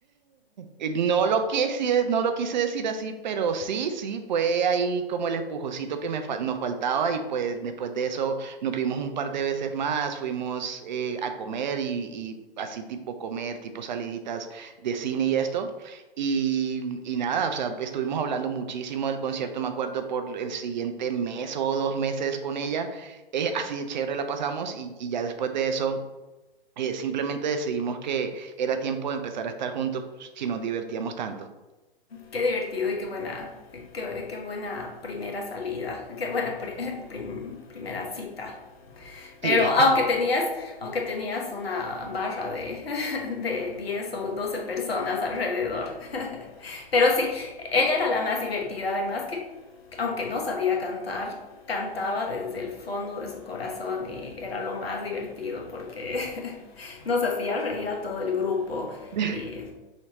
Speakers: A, on the right (about 50°); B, on the left (about 75°).
A: Eh, No lo quise, no lo quise decir así, pero sí, sí, fue ahí como el empujocito que me fa- nos faltaba y pues después de eso nos vimos un par de veces más, fuimos eh, a comer y, y así tipo comer, tipo saliditas de cine y esto. Y, y nada, o sea, estuvimos hablando muchísimo del concierto, me acuerdo, por el siguiente mes o dos meses con ella. Eh, así de chévere la pasamos y, y ya después de eso eh, simplemente decidimos que era tiempo de empezar a estar juntos si nos divertíamos tanto.
B: Qué divertido y qué buena, qué, qué buena primera salida, qué buena pri- <laughs> prim- primera cita. Pero
A: Sí,
B: aunque tenías, aunque tenías una barra de, <laughs> de 10 o 12 personas alrededor. Pero sí, ella era la más divertida, además que aunque no sabía cantar, cantaba desde el fondo de su corazón y era lo más divertido porque <laughs> nos hacía reír a todo el grupo
A: <laughs>
B: y